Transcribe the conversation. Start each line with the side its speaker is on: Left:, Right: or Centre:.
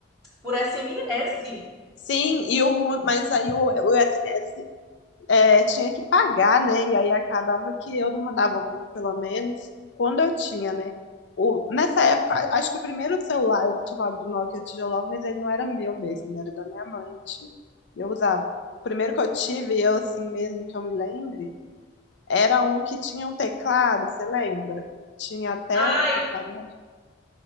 Centre: por SMS.
Left: Sim, e o, ru- mas aí o, o SMS é, tinha que pagar, né? E aí acabava que eu não mandava muito, pelo menos, quando eu tinha, né? O, nessa época, a- acho que o primeiro celular eu tive do Nokia tijolão, mas ele não era meu mesmo, né? era da minha mãe. tipo, Eu usava. O primeiro que eu tive, eu assim mesmo, que eu me lembre, era um que tinha um teclado, você lembra? Tinha a tela
Centre: Ah,
Left: e o teclado
Centre: eu
Left: embaixo. <laughs>